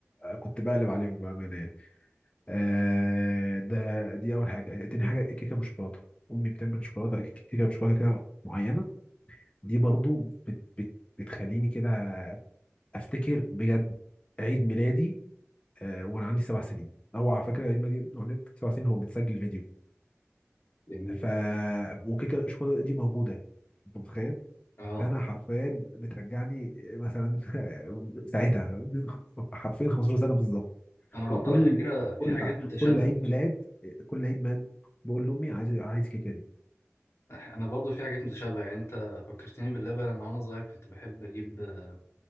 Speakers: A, on the left; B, on the left.
A: كنت بقلب عليهم بامانه يعني آه ده دي اول حاجه تاني حاجه الكيكه بالشوكولاته امي بتعمل شوكولاته كيكه بالشوكولاته كده معينه دي برضو بت بت بتخليني كده افتكر بجد عيد ميلادي آه، وانا عندي سبع سنين او على فكره عيد ميلادي وأنا عندي سبع سنين هو متسجل فيديو
B: جميل
A: ف وكيكه الشوكولاته دي موجوده انت متخيل
B: آه
A: فانا حرفيا بترجعني آه، مثلا <laughs> ساعتها حرفيا 15 سنه بالظبط
B: أنا برضه
A: وكل
B: على فكرة في
A: كل
B: حاجات متشابهة
A: كل عيد ميلاد آه، كل عيد ميلاد بقول لامي عايز عايز الكيكه دي
B: أنا برضه في حاجات متشابهة يعني أنت فكرتني باللبن أنا وأنا صغير كنت بحب أجيب آه،